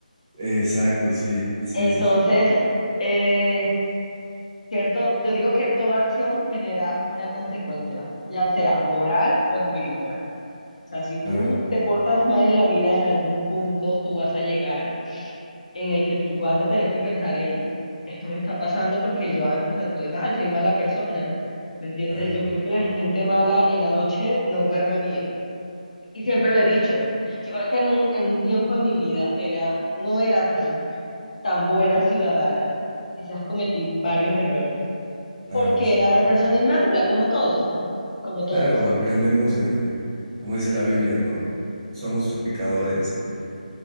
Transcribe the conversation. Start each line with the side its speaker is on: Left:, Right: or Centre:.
Right: Exacto, sí, sí,
Left: Entonces,
Right: sí, sí.
Left: eh, cierto, yo digo que toda acción genera una consecuencia, ya sea moral o espiritual. O sea, si
Right: Claro,
Left: tú te portas mal en la vida en algún punto, tú vas a llegar en el que tú vas a tener que pensar, hey, esto me está pasando porque yo antes actué mal, fui mala persona. ¿Me entiendes?
Right: claro,
Left: Yo creo que la gente mala en la noche no duerme bien. Y siempre lo he dicho. Yo creo que en un, en un tiempo de mi vida era, no era tan, tan buena ciudadana. Quizás cometí varios errores.
Right: claro,
Left: Porque
Right: sí.
Left: era una persona inmadura, como todos, ¿no? Como todos.
Right: Claro, aprendemos de, como dice la Biblia, ¿no? Somos pecadores y,